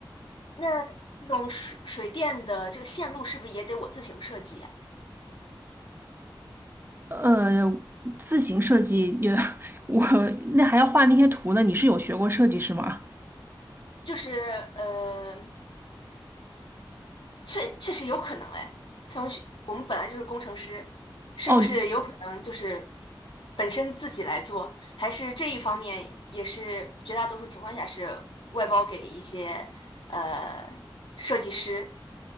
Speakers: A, on the left; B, on the right.
A: 那这种水水电的这个线路是不是也得我自行设计呀？
B: 呃，自行设计也，<laughs> 我那还要画那些图呢，你是有学过设计是吗？
A: 就是呃，确确实有可能哎，像我们学我们本来就是工程师，是不是有可能就是
B: 哦
A: 本身自己来做，还是这一方面也是绝大多数情况下是外包给一些呃设计师？